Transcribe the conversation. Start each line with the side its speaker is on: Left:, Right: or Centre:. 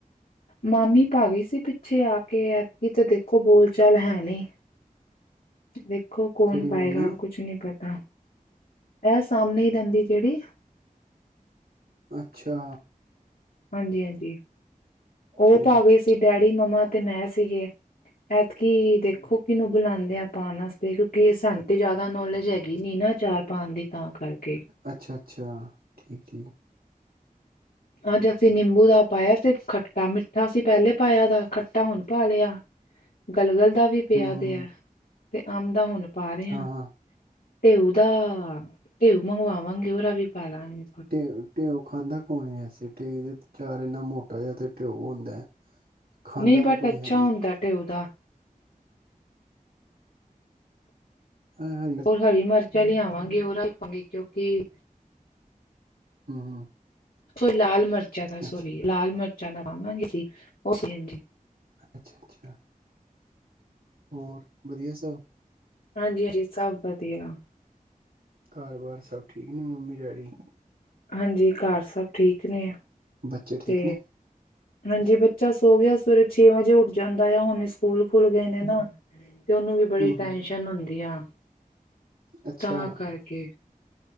Left: ਮਾਮੀ ਪਾ ਗਈ ਸੀ ਪਿੱਛੇ ਆਕੇ, ਐਤਕੀ ਤਾ ਦੇਖੋ ਬੋਲ-ਚਾਲ ਹੈ ਨੀਂ। ਵੇਖੋ ਕੌਣ
Right: ਕਿਹੜੀ
Left: ਪਾਏਗਾ,
Right: ਮਾਮੀ
Left: ਕੁਛ ਨ੍ਹੀਂ ਪਤਾ। ਐ, ਸਾਹਮਣੇ ਈ ਰਹਿੰਦੀ ਜੇੜੀ
Right: ਅੱਛਾ!
Left: ਹਾਂਜੀ-ਹਾਂਜੀ, ਉਹ
Right: ਠੀਕ
Left: ਪਾ
Right: ਹੈ
Left: ਗਈ ਸੀ, ਡੈਡੀ, ਮੰਮਾ ਤੇ ਮੈਂ ਸੀਗੇ। ਐਤਕੀ ਦੇਖੋ ਕਿਹਨੂੰ ਬੁਲਾਂਦੇ ਆ ਪਾਣ ਆਸਤੇ ਕਿਉਂਕਿ ਇਹ ਸਾਨੂੰ ਤੇ ਜ਼ਿਆਦਾ ਨੌਲੇਜ ਹੈਗੀ ਨੀ ਨਾ ਚਾਰ ਪਾਣ ਦੀ ਤਾਂ ਕਰਕੇ।
Right: ਅੱਛਾ ਅੱਛਾ, ਠੀਕ ਏ।
Left: ਅੱਜ ਅਸੀਂ ਨਿੰਬੂ ਦਾ ਪਾਇਆ ਸੀ ਖੱਟਾ-ਮਿੱਠਾ ਅਸੀਂ ਪਹਿਲੇ ਪਾਇਆ ਦਾ ਖੱਟਾ ਹੁਣ ਪਾ ਲਿਆ। ਗਲਗਲ ਦਾ ਵੀ ਪਿਆ
Right: ਹੂੰ ਹੂੰ,
Left: ਦੇ ਐ ਤੇ ਅੰਮ ਦਾ ਹੁਣ ਪਾ ਰਏ
Right: ਹਾਂ
Left: ਆਂ।
Right: ਹਾਂ
Left: ਟੇਉਦਾ ਟੇਉ ਮਗਵਾਵਾਂਗੀ ਓਰਦਾ ਵੀ ਪਾਲਾਂਗੀ।
Right: ਟਿਊ ਟਿਊ ਖਾਂਦਾ ਕੋਣ ਏ ਵੈਸੇ, ਟਿਊ ਦੇ ਚਾਰ ਇੰਨਾ ਮੋਟਾ ਜਿਹਾ ਤੇ ਟਿਊ ਹੁੰਦਾ। ਖਾਂਦਾ
Left: ਨਈਂ
Right: ਨੂੰ
Left: ਬਟ
Right: ਕੋਈ
Left: ਅੱਛਾ
Right: ਹੈ
Left: ਹੁੰਦਾ ਢਿਓ ਦਾ।
Right: ਹਾਂ ਹਾਂ
Left: ਹੋਰ ਹਰੀ ਮਿਰਚਾਂ ਲਿਆਵਾਂਗੀ ਉਹਰਾ ਵੀ ਪਾਂਗੇ ਕਿਉਂਕਿ
Right: ਹੂੰ ਹੂੰ,
Left: ਸੋ ਲਾਲ ਮਿਰਚਾਂ ਦਾ
Right: ਅੱਛਾ
Left: ਸੋਲੀਏ ਲਾਲ ਮਿਰਚਾਂ ਦਾ ਪਾਵਾਂਗੇ ਅਸੀਂ ਉਹ ਸੀ ਹਾਂਜੀ।
Right: ਅੱਛਾ ਅੱਛਾ, ਹੋਰ ਵਧੀਆ ਸਭ।
Left: ਹਾਂਜੀ, ਹਾਂਜੀ ਸਭ ਵਧੀਆ।
Right: ਘਰ-ਬਾਰ ਸਭ ਠੀਕ ਨੇ ਮੰਮੀ ਡੈਡੀ।
Left: ਹਾਂਜੀ ਘਰ ਸਭ ਠੀਕ ਨੇ
Right: ਬੱਚੇ ਠੀਕ
Left: ਤੇ
Right: ਨੇ
Left: ਹਾਂਜੀ ਬੱਚਾ ਸੋ ਗਿਆ ਸਵੇਰੇ ਛੇ ਵਜੇ ਉੱਠ ਜਾਂਦਾ ਆ ਹੁਣ ਸਕੂਲ ਖੁੱਲ ਗਏ ਨੇ ਨਾ ਤੇ ਉਹਨੂੰ ਵੀ ਬੜੀ
Right: ਹੂੰ ਹੂੰ
Left: ਟੈਸ਼ਨ ਹੁੰਦੀ ਆ
Right: ਅੱਛਾ
Left: ਤਾਂ ਕਰਕੇ।